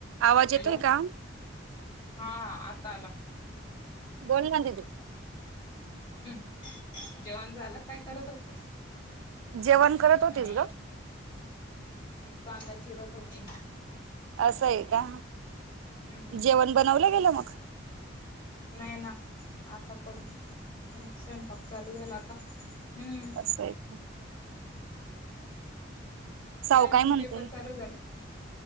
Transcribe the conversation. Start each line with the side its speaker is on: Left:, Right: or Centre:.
Right: आवाज
Left: हॅलो.
Right: येतोय का?
Left: हा आता आला.
Right: बोल ना दीदी
Left: हम्. जेवण झालं काय करत होते?
Right: जेवण करत होतीस
Left: नाही.
Right: ग?
Left: मी कांदा चिरत होते.
Right: असं हाय का?
Left: हम्म
Right: जेवण बनवलं गेलं मग?
Left: नाही ना आता करू म्हणजे, स्वयंपाक चालू झाला आता. हम्म
Right: असय का? साऊ
Left: काय मग
Right: म्हणते?
Left: पेपर चालू झाले?